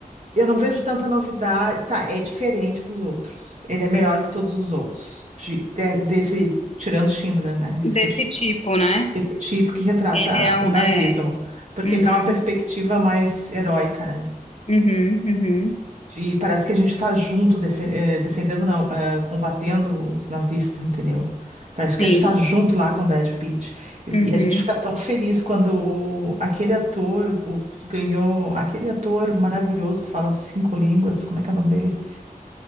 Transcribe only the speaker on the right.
eu não vejo tanta novidade. Tá, é diferente dos outros. Ele é melhor que todos os outros. de- de- desse, tirando Schindler, né?
Lista de
Esse tipo que retrata
o nazismo,
porque
ele dá uma perspectiva mais heróica, né?
E parece que a gente está junto, defe- eh, defendendo, não, eh, combatendo os nazistas, entendeu? Parece
que a gente está junto lá com o Brad Pitt. E,
e a gente fica tão feliz quando o- aquele ator, o que ganhou, aquele ator maravilhoso que fala cinco línguas, como é que é o nome dele?